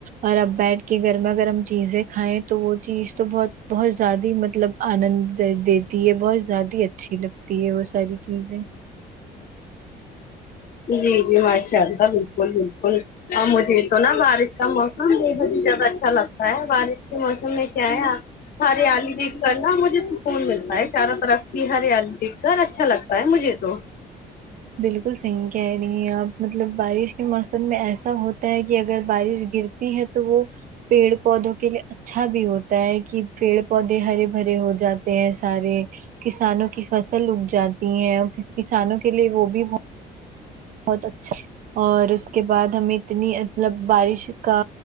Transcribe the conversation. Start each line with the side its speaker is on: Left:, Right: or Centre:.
Right: اور اپ بیٹھ کے گرما گرم چیزیں کھائیں تو وہ چیز تو بہت بہت ذیاد مطلب آنند دیتی ہے بہت ذیاد اچھی لگتی ہے وہ ساری چیزیں
Left: جی جی ماشاء اللہ بالکل بالکل اور مجھے تو نا بارش کا موسم بےحد ہی زیادہ اچھا لگتا ہے بارش کے موسم میں کیا ہے آپ ہریالی دیکھ کر نا مجھے سکون ملتا ہے چاروں طرف کی ہریالی دیکھ کر اچھا لگتا ہے مجھے تو
Right: بالکل صحیح کہہ رہی ہیں آپ مطلب بارش کے موسم میں ایسا ہوتا ہے کہ اگر بارش گر تی ہے تو وہ پیڑ پودوں کے لیے اچھا بھی ہوتا ہے کہ پیڑ پودے ہرے بھرے ہو جاتے ہیں سارے کسانوں کی فصل اگ جاتی ہیں کسانوں کے لیے وہ بھی بہت اچھا اور اس کے بعد ہمیں اتنی مطلب بارش کا